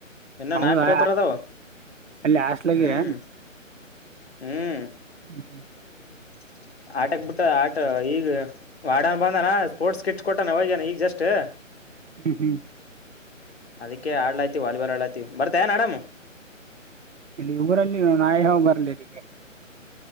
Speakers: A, on the left; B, on the right.
A: ಇನ್ನ
B: ಹೌದಾ
A: ನಾಲ್ಕ ಪೇಪರ್ ಅದಾವ
B: ಅಲ್ಲಿ ಹಾಸ್ಟ್ಲಾಗಿರ
A: ಹ್ಮ್ ಹ್ಮ್. <inaudible>
B: ಹ್ಮ ಹ್ಮ್. <inaudible>
A: <inaudible> ಆಟಕ್ ಬಿಟ್ಟ ಆ ಟ ಈಗ ವಾಡನ್ ಬಂದಾನ ಸ್ಪೋರ್ಟ್ಸ್ ಕಿಟ್ಸ್ ಕೊಟ್ಟಾನ ಹೋಗ್ಯನ ಈಗ ಜಸ್ಟ್. <inaudible>
B: ಹ್ಮ್ ಹ್ಮ್. <inaudible>
A: ಅದಕ್ಕೆ ಆಡ್ಲಾತಿವಿ ವಾಲಬಾಲ್ ಆಡ್ಲಾತಿವಿ ಬರ್ತ್ ಏನ್ ಆಡಮ್ಮ. <inaudible>
B: ಇಲ್ಲಿ ಊರಲ್ಲಿ ಇರುವ ನಾನ್ ಯಾವಗ ಬರ್ಲಿ ಇಲ್ಲಿಗೆ. <inaudible>